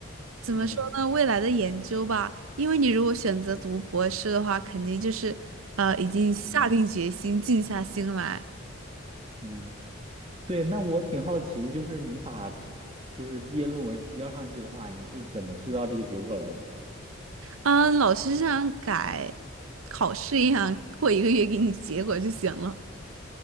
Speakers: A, on the right; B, on the right.
A: 怎么说呢？
B: 嗯
A: 未来的研究吧，因为你如果选择读博士的话，肯定就是呃已经下定决心，
B: 嗯
A: 静下心来。
B: 嗯，对。那我挺好奇，就是你把就是毕业论文提交上去的话，你是怎么知道这个结果来的？
A: 嗯，老师这样改考试一样，过一个月给你结果就行了。